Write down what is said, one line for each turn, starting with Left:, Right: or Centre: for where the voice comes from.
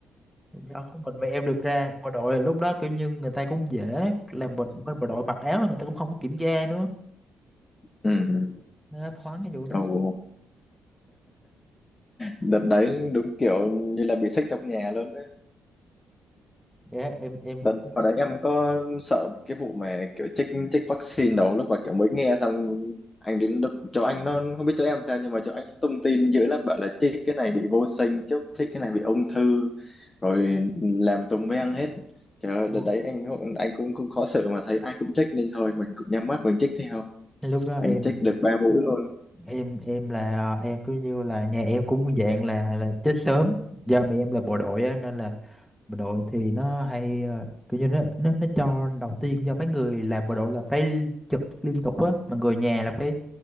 Centre: do có mình mẹ em được ra bộ đội là lúc đó kiểu như người ta cũng dễ làm bộ, bên bộ đội mặc áo là người ta cũng không có kiểm tra nữa
Left: ừ, ừ.
Centre: nên nó thoáng cái vụ đó
Left: Ồ, đợt đấy đúng kiểu như là bị xách trong nhà luôn đấy
Centre: dạ em em
Left: đợt
Centre: được ra
Left: ở đấy em có sợ cái vụ mà kiểu chích chích vaccine đâu lúc mà kiểu mới nghe xong anh đến đợt- chỗ anh nó không biết chỗ em sao nhưng mà chỗ anh nó tung tin dữ lắm bảo là chích cái này bị vô sinh chứ chích cái này bị ung thư rồi làm tùm mới ăn hết trời ơi
Centre: luôn
Left: đợt đấy anh anh cũng cũng khó xử mà thấy ai cũng check nên thôi mình cũng nhắm mắt mình check theo
Centre: lúc đó
Left: anh
Centre: em
Left: check được ba mũi luôn
Centre: em em là em cứ như là nhà em cũng dạng là là chết sớm do mẹ em là bộ đội á nên là bộ đội thì nó hay ờ, kiểu như nó nó nó cho đầu tiên do mấy người làm bộ đội là phải trực liên tục á mà người nhà là phải